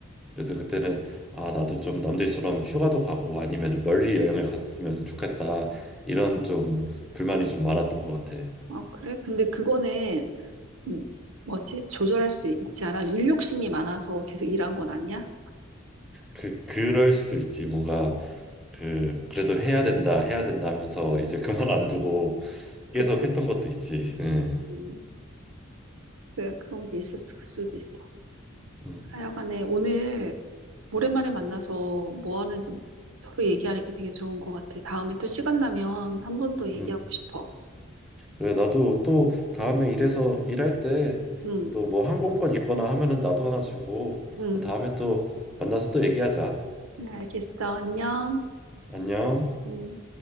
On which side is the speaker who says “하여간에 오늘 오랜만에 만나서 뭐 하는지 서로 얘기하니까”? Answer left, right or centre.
Right